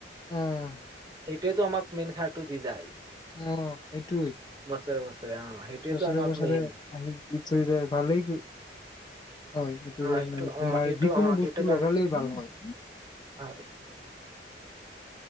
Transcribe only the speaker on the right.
সেইটোৱেইটো আমাক মেইন সাৰটো দি যায়।
<unintelligible> সেইটোয়েতো
আমাক মেইন
অ
অ
সেইটো
অ সেইটো
কাৰণে
হয়